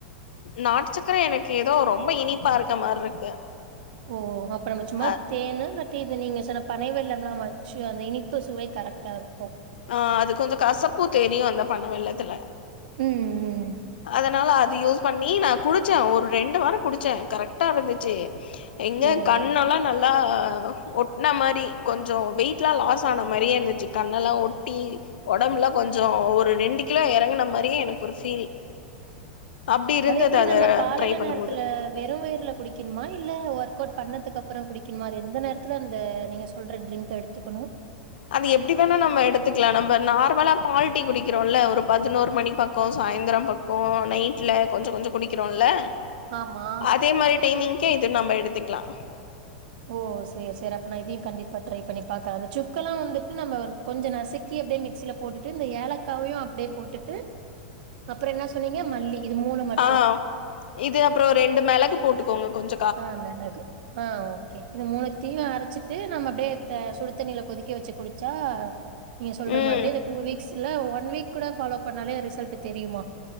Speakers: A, on the left; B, on the right.
A: நாட்டு சக்கர எனக்கு ஏதோ ரொம்ப இனிப்பா இருக்க மார்ருக்கு
B: ஓ அப்பறமா சும்மா
A: அ
B: தேனு இல்ல தீக்கு இது நீங்க சொன்ன பனை வெல்லம்லா வச்சு அந்த இனிப்பு சுவை கரெக்ட்டா இருக்கொ
A: ஆ அது கொஞ்சோ கசப்பூ தெரிய வந்த பன வெல்லத்துல
B: ம் ம்
A: அதனால அது யூஸ் பண்ணி நா குடிச்ச ஒரு ரெண்டு வாரோ குடிச்ச கரெக்ட்டா இருந்துச்சு எங்க
B: ஓ
A: கண்ணெல்லா நல் லா ஒட்ன மாரி கொஞ்சோ வெயிட்லா லாஸானா மாரியே இருந்துச்சு கண்ணெலா ஒட் டி ஒடம்புல கொஞ்சோ ஒரு ரெண்டு கிலோ எறங்குன மாரியே எனக்கு ஒரு ஃபீல் அப்டி இருந்தது
B: அது எப்டி
A: அத
B: நம்ம காலேல
A: ட்ரை பண்ணும்போது
B: நேரத்துல வெறு வயிர்ல குடி க்கணுமா இல்ல ஒர்க் அவுட் பண்ணதுக்கப்பறோ குடிக்குணுமா ரொம்ப நேரத்துல அந்த நீங்க சொல்ற ட்ரிங்க் எடுத்துக்கணு
A: அது எப்டி வேணா நம்ம எடுத்துக்கலா நம்ப நார்மலா பால்ட்டீ குடிக்கிறோல்ல ஒரு பதினோரு மணி பக்கோ சாய்ந்திரம் பக் கோ நைட்ல கொஞ்ச கொஞ்சோ குடிக்கிறோல்ல
B: ஆமா
A: அதே மாரி டைமிங்க்கே இது நம்ம எடுத்துக்கலா
B: ஓ செரி செரி அப்ப நா இதையு கண்டிப்பா ட்ரை பண்ணி பாக்கறே அந்த சுக்கெல்லா வந்துட்டு நம்ம கொஞ்சோ நசுக்கி அப்டியே மிக்சில போட்டுட்டு ஏலக்காவையு அப்டியே போட்டுட்டு அப்றோ என்ன சொன்னீங்க மல்லி இது மூணு மட்டு
A: ஆ இது அப்றோ ரெண்டு மெளகு போட்டுக்கோங்க கொஞ்ச
B: ஆ மெளகு ஆ ஓக்கே இது மூணுத்தையு நா அரச்சிட்டு நம்ம அப்டியேத்த சுடுத்தண்ணீல கொதிக்க வச்சு குடிச்சா நீங்க சொல்ற
A: ம்
B: மாதிரி இந்த டூ வீக்ஸ் இல்ல ஒன் வீக் கூட ஃபாலோ பண்ணாலே ரிசல்ட்டு தெரியுமா